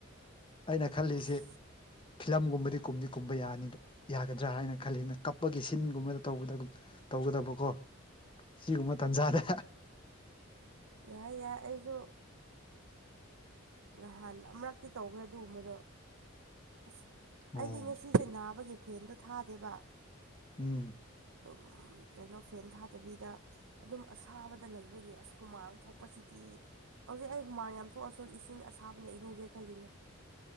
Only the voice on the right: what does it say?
ꯑꯁ
ꯌꯥꯏ ꯌꯥꯏ ꯑꯩꯁꯨ ꯅꯍꯥꯟ ꯑꯃꯨꯔꯛꯇꯤ ꯇꯧꯈ꯭ꯔꯦ ꯑꯗꯨꯒꯨꯝꯕꯗꯣ ꯑꯁ
ꯑꯩꯗꯤ ꯉꯁꯤꯁꯦ ꯅꯥꯕꯒꯤ ꯐꯦꯟꯗꯣ ꯊꯥꯗꯦꯕ
ꯑꯗꯨꯝ ꯀꯩꯅꯣ ꯐꯦꯟ ꯊꯥꯗꯕꯤꯗ ꯑꯗꯨꯝ ꯑꯁꯥꯕꯗ ꯂꯩꯕꯒꯤ ꯑꯍꯨꯃꯥꯡ ꯊꯣꯛꯄꯁꯤꯗꯤ ꯍꯧꯖꯤꯛ ꯑꯩ ꯍꯨꯃꯥꯡ ꯌꯥꯝ ꯊꯣꯛꯑꯁꯨ ꯏꯁꯤꯡ ꯑꯁꯥꯕꯅ ꯏꯔꯨꯒꯦ ꯈꯜꯂꯤꯅꯦ